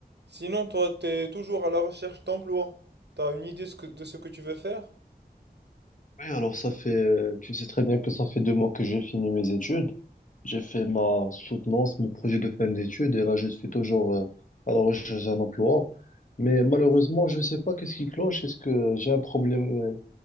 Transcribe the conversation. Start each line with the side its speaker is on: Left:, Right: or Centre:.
Right: Sinon, toi, t'es toujours à la recherche d'emploi. T'as une idée ce que- de ce que tu veux faire?
Left: Oui, alors ça fait, euh, tu sais très bien que ça fait deux mois que j'ai fini mes études. J'ai fait ma soutenance, mon projet de fin d'études, et là je suis toujours euh, à la recherche d'un emploi. Mais malheureusement, je sais pas qu'est-ce qui cloche. Est-ce que j'ai un problème euh,